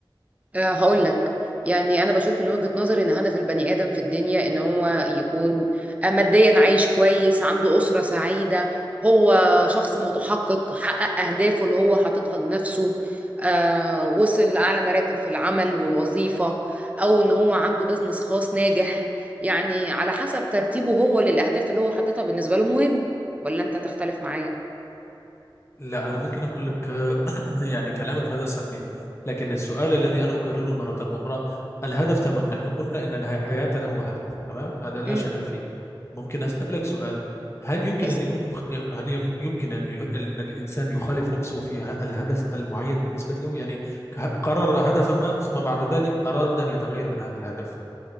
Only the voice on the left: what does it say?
لا أنا ممكن أقول لك يعني كلامك هذا صحيح لكن السؤال الذي أنا أكرره مرة أخرى الهدف تمام نحن قلنا أن الحياة له هدف تمام لا لا
شك فيه ممكن أسألك سؤال هل يمكن
أن يكون أخ... هل يم- يمكن أن, ي... أن الإنسان يخالف نفسه في ه- الهدف المعين بالنسبة له يعني ك- قرر هدفا ما ثم بعد ذلك أراد أن يتغير من هذا الهدف